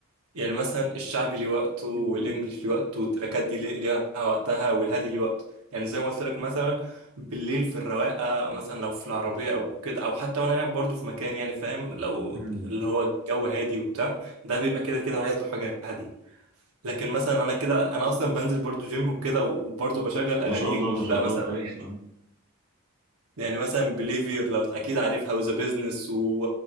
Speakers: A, on the right; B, on the right.
A: يعني مثلا الشعبي ليه وقته والانجليش
B: مم.
A: ليه وقته والتراكات دي ليه- ليها وقتها والهادي ليه وقته يعني زي ما قلت لك مثلا بالليل في الرواقه مثلا لو في العربيه او كده او حتى وانا قاعد برضه في مكان يعني فاهم لو
B: مم.
A: اللي هو الجو هادي وبتاع ده بيبقى كده كده عايز له حاجه هاديه لكن مثلا انا كده انا اصلا بنزل برضه جيم وكده وبرضه بشغل
B: ما
A: اغاني
B: شاء الله
A: انجليش
B: ما شاء
A: بقى
B: الله
A: مثلا
B: كويس
A: يعني
B: اه
A: يعني مثلا بليفير لو اكيد عارفها وذا بيزنس و...